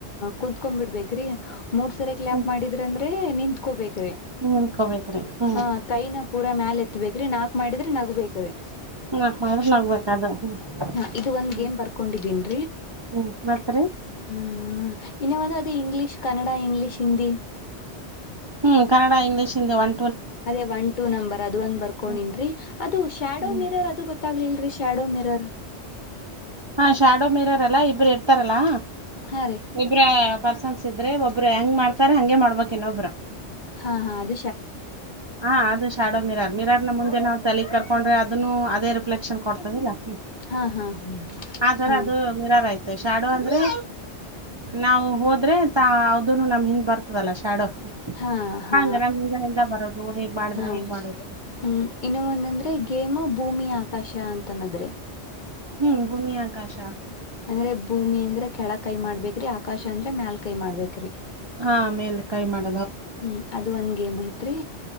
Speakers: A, on the left (about 50°); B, on the right (about 35°).
A: ಕುತ್ಕ ಬಿಡ್ಬೇಕೇರಿ ಮೂರ್ ಸರ ಕ್ಲಪ್
B: ಹ್ಮ್
A: ಮಾಡಿದ್ರ ಅಂದ್ರೆ ನಿತ್ಕೋಬೇಕ್ರಿ
B: ನಿಂತ್ಕೋಬೇಕ್ರಿ ಹ್ಮ್
A: ಹ ಕೈನ ಪೂರ ಮ್ಯಾಲ ಎತ್ತಬೇಕ್ರಿ ನಾಕ್ ಮಾಡಿದ್ರೆ ನಗಬೇಕ್ರಿ
B: ನಾಕ್ ಮಾಡಿದ್ರ ನಗ್ಬೇಕ ಅದು
A: ಹಾ ಇದು
B: ಹ್ಮ್
A: ಒಂದ್ ಗೇಮ್ ಬರ್ಕೊಂಡಿದ್ದೀನ್
B: ಹ್ಮ್ ಮತ್ರಿ
A: ಹ್ಮ ಇನ್ನ ಒಂದು ಅದು ಇಂಗ್ಲೀಷ್ ಕನ್ನಡ ಇಂಗ್ಲೀಷ್ ಹಿಂದಿ
B: ಹ್ಮ್ ಕನ್ನಡ ಇಂಗ್ಲೀಷ್ ಹಿಂದೆ ಒಂ
A: ಅದೇ ಒನ್ ಟೂ ನಂಬರ್ ಅದು ಒಂದ್ ಬರ್ಕೊಂಡನ್ರೀ
B: ಹ್ಮ್
A: ಅದು ಶ್ಯಾಡೋ
B: ಹ್ಮ್
A: ಮಿರರ್ ಅದು ಗೊತ್ತ ಗತ್ತಾಗಲ್ರರಿ ಶ್ಯಾಡೋ ಮಿರರ್
B: ಹಾ ಶಾಡೋ ಮೀರಾರಲ್ಲಾ ಇಬರು ಇರ್ತಾರಲ್ಲಾ
A: ಹಾ ರೀ
B: ಇಬ್ರ ಪರ್ಸನ್ಸ್ ಇದ್ರೆ ಒಬ್ರು ಹೆಂಗ್ ಮಾಡ್ತಾರ ಹಂಗೆ ಮಾಡ್ಬೇಕ ಇನ್ನೊಬ್ರು
A: ಹಾ ಹಾ ಅದ
B: ಹ ಅದು ಶಾಡೋ ಮಿರಾರ್ ಮಿರಾರ್ನ ಮುಂದೆ ನಾವ್ ತಲೆ ಕರ್ಕೊಂಡ್ರೆ ಅದನ್ನು ಅದೇ ರಿಫ್ಲೆಕ್ಷನ್ ಕೊಡ್ತದಿಲ್ಲ ಹ್ಮ
A: ಹಾ ಹಾ
B: ಆದರ
A: ಹಾ
B: ಅದು ಮಿರಾರ್ ಆಯ್ತು ಮ ಶಾಡೋ ಅಂದ್ರೆ ನಾವು ಹೋದ್ರೆ ತಾ ಅದುನು ನಮ ಹಿಂದ್ ಬರ್ತದಲ್ಲ ಶಾಡೋ
A: ಹಾ ಹಾ
B: ಹಂಗ ನಮ್ ಹಿಂದ ಹಿಂದ ಬರೋದು ಹೇಗ್ ಮಾಡಿದ್ರೆ
A: ಹಾ
B: ಹೇಗ್ ಮಾಡೋದು
A: ಹ್ಮ ಇನ್ನು ಒಂದಂದ್ರೆ ಗೇಮ್ ಭೂಮಿ ಹ ಪಷಾ ಅಂತನದ್ರೆ
B: ಹ್ಮ್ ಭೂಮಿ ಆಕಾಶ
A: ಅಂದ್ರೆ ಭೂಮಿ ಅಂದ್ರೆ ಕೆಳ ಕೈ ಮಾಡ್ಬೇಕ್ರಿ ಆಕಾಶ ಅಂದ್ರೆ ಮ್ಯಲ್ ಕೈ ಮಾಡ್ಬೇಕೇರಿ
B: ಹಾ ಮೇಲೆ ಕೈ ಮಾಡ
A: ಹ್ಮ್ ಅದು ಒಂದ್ಗೆೇಮ್ ಐತ್ರಿ